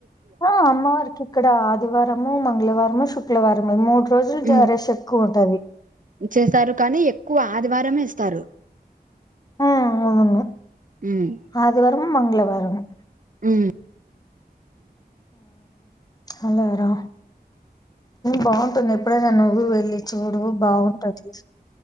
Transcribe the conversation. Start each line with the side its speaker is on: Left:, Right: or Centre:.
Left: ఆ అమ్మ వర్కి ఇక్కడ ఆదివారం మంగళవారంము శుక్్రవారంము మూడు రోజులు జర
Right: ఉమ్
Left: చెక్కువంట అవి
Right: చేస్తారు కానీ ఎక్కువ ఆదివారమే ఇస్తారు
Left: ఆవున్న
Right: ఉమ్
Left: ఆదివారంమ మంగళవారంము
Right: ఉమ్
Left: అలారా బాగుంటుంది ఇప్పుడే నువ్వు వెళ్ళలి చూడు బాగుంటది